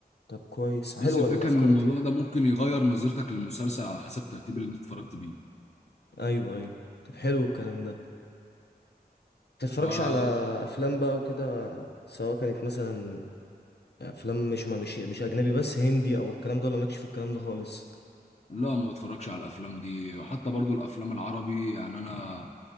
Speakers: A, on the left; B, on the left.
A: طب كويس
B: بس
A: حلوة
B: الفكره
A: الافكار
B: ان الموضوع
A: دي
B: ده ممكن يغير نظرتك للمسلسل على حسب الترتيب اللي انت اتفرجت بيه
A: ايوه ايوه طب حلو الكلام ده متتفرجش
B: فلا
A: على افلام بقى وكده سواء كانت مثلا افلام مش ما مش مش اجنبي بس هندي او الكلام ده ولا مالكش في الكلام ده خالص
B: ما بتفرجش على الافلام دي وحتى برضو الافلام العربي يعني انا